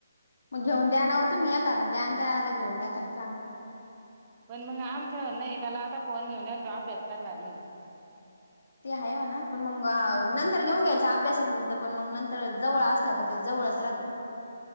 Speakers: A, on the left; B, on the right.
A: मग घेऊन दयान हो तुम्ही मी एखादा त्याला घेऊन याखादा.
B: पण मग आमचण नाही त्याला आता. फोन घेऊन दिला तर अभ्यास करणार नाही.
A: ते आहे ना पण मग नंतर घेऊन घ्यायच अभ्यासापुरतं पण मग नंतर जवळ असला का. ळसरा तो <inaudible>